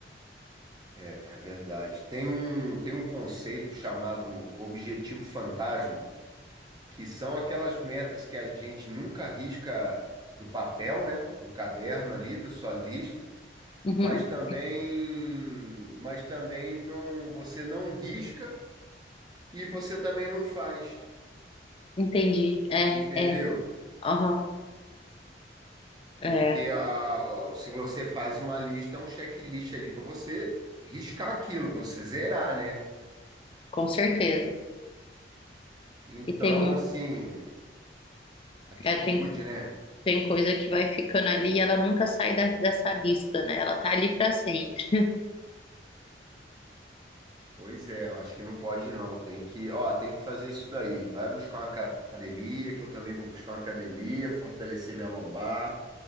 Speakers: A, on the right (about 20°); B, on the left (about 30°).
A: É, é verdade. Tem um, tem um conceito chamado objetivo fantasma que são aquelas metas que a gente nunca risca do papel, né? Do caderno ali, da sua lista,
B: Uhum,
A: mas também, mas também não, você não risca e você também não faz,
B: entendi. É,
A: entendeu?
B: é. Aham, é,
A: Porque a, a- se você faz uma lista, é um checklist ali para você riscar aquilo, para você zerar, né?
B: com certeza.
A: Então,
B: E tem,
A: assim, atitude,
B: é, tem,
A: né?
B: tem coisa que vai ficando ali e ela nunca sai da- dessa lista, né? Ela tá ali para sempre.
A: Pois é, eu acho que não pode não. Tem que, ó, tem que fazer isso daí. Vai buscar uma academia, que eu também vou buscar uma academia, fortalecer minha lombar,